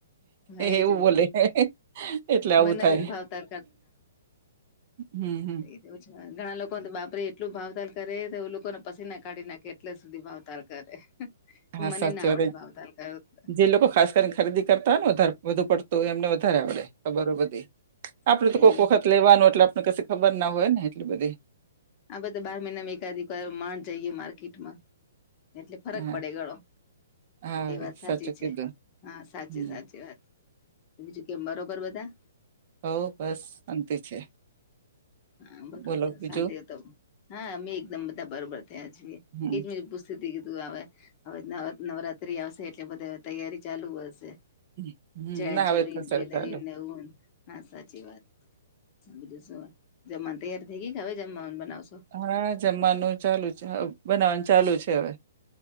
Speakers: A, on the left; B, on the right.
A: હા
B: એવું
A: એ જ
B: બોલે એટલે આવું
A: મને
B: થાય.
A: બી ભાવતાલ
B: હમ હમ
A: એવું છે ઘણા લોકો. બાપરે એટલું ભાવતાલ કરે તો લોકોને પસી ના કાઢી નાખે એટલે સુધી ભાવતાલ કરે.
B: હા
A: મને
B: સાચી
A: ના આવડે
B: વાત
A: ભાવતાાલ કરતે.
B: જે લોકો ખાસ કરી ખરીદી કરતા ને વધારે વધુ પડતું હોય એમને વધારે આવડે ખબર બધી આપડ
A: હા
B: તો કોઈક
A: એ
B: વખત લેવાનું એટલે આપણે કશું ખબર ના હોય ને. એટલી બધી
A: આ બધા બાર મહિનામાં એકાદ માણ જઈએ માર્કેટમાં્ એટલે ફરક
B: હા
A: પડે ગળો
B: હા
A: એ વાત સાચી
B: સાચું
A: છે
B: કીધું
A: હા સાચી
B: હમ
A: સાચી વાત બીજું કેમ બરોબર બધા
B: હ બસ શંતી છે
A: હા બરોબર
B: બોલો બીજું
A: શાંતિ તો હા મેં એકદમ બધા બરોબર થયા છીએ
B: હમ
A: એજ પૂછ સુધી કીધું આવે હવે નવ નવરાત્રી આવશે એટલે બધે તૈયારી ચાલુ હશે
B: હમ
A: ચનિયાચોરી
B: ના હવે થશે
A: જ્વેલરી
B: હવે ચાલુ
A: ને એવું. હા સાચી વાત બીજું શું જમવાનું તૈયાર થઈ ગઈ કે હવે જમવા બનાવશો.
B: હા જમવાનું ચાલુ છે બનાવવાનું ચાલુ છે હવે.